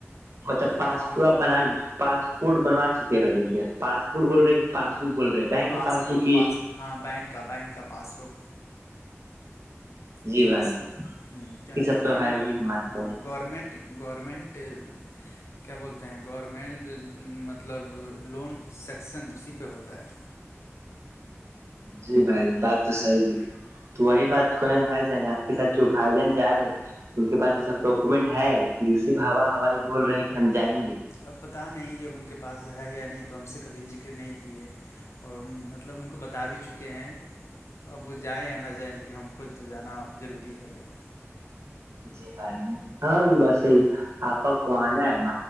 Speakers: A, on the right (about 65°); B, on the left (about 70°).
A: مطلب پاس
B: ہاں
A: بنا پاسپورٹ بنوا چک ہے بھائی کیا پا بوٹ بول رہے کہ پاس بک بول رہے بینک
B: پاس
A: کے پس بک کی
B: پاس ہاں بینک کا بینک کا پاس بک
A: جی
B: کیونکہ
A: بھائی
B: ہ کیونکہ
A: یہ سب
B: گورمنٹ
A: تو ہے ہی ہمارے
B: ہ
A: پاس
B: گورورمنٹ گورمنٹ کیا بولتے ہیں گورنمنٹ مطلب لون سیکشن اسی پہ ہوتا ہے
A: جی بھائی بات تو صحیح لک ہے تو وہی بات کو ہیں بھائی جان آپ کے سات جو بھائی جان جا رہے ہیں ان کے پاس یہ سب ڈاکومینٹ ہے کہ صرف ہوا ہوائی بول رہے کہ ہم جائیں گے
B: اب پت نہیں اب ان کے پاس ہے یا نہیں تو ہم سے کبھی ذکر نہیں کیے اور مطلب ان کو بتا بھی چکے ہیں اب وہ جائیں یا نہ جائیں لیکن ہم کو تو جانا ضروری ہے بھ ج
A: جی بھائی جی ہاں یہ بسی آپ کا کہنا ہے م